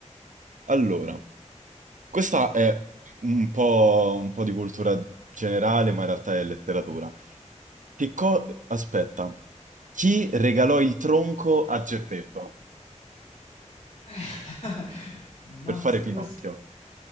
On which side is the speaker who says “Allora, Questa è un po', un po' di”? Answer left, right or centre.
Right